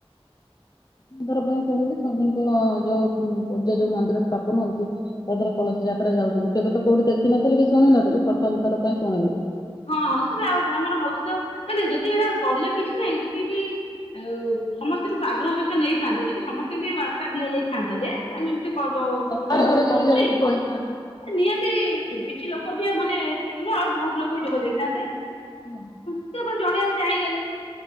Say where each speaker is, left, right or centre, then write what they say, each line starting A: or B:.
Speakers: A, on the left; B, on the left.
A: ପ୍ରଥମଥର ପାଇଁ ଶୁଣିଲି ଶନିଙ୍କ ଯୋଉ ପୂଜା ଯୋଉ ମନ୍ଦିର ସ୍ଥାପନ ହଉଛି। ତାଦେହରେ କଳସ ଯାତ୍ରା ଯାଉଛନ୍ତି କେବେ ତ କୋଉଠି ଦେଖିନଥିଲି କି ଶୁଣି ନଥିଲି ପ୍ରଥମ ଥର ପାଇଁ ଶୁଣିଲି?
B: ହଁ ହଁ ସେଟା ଆଉ ଗ୍ରାମର ହଉଛି ତ ନାଇଁ ନାଇଁ ଯଦି ଏଇଟା କଲେ କିଛି ନାଇଁ ଯଦି ବି ଆଉ ସମସ୍ତେ ଆଗ୍ରହ ସହିତ ନେଇଥାନ୍ତେ ଯଦି ସମସ୍ତେଙ୍କୁ ବାର୍ତ୍ତା ଦିଆଯାଇଥାନ୍ତା ଯେ ଆମେ ଏମିତି ଗୋଟେ
A: ଘରେ ଘରେ ଯଦି
B: କରୁଛି
A: ଯାଇକି କହିଥାନ୍ତି
B: ନିହାତି କିଛି ଲୋ ଲୋକ ବି ମାନେ ଏତିକି ନୁହେଁ ଆହୁରି ବହୁତ ଲୋକ ଯୋଗ ଦେଇଥାନ୍ତେ।
A: ହଁ।
B: ସେପା ଜଣେଇଆକୁ ଚାହିଁଲେନି?